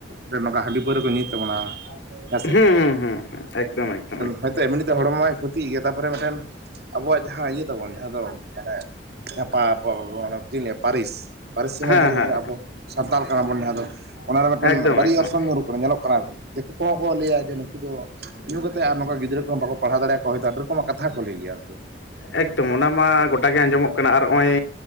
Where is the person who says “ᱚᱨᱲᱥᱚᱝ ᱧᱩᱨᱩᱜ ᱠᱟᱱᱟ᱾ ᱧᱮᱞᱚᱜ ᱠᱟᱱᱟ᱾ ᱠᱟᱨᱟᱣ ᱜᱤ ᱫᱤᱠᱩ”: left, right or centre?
Right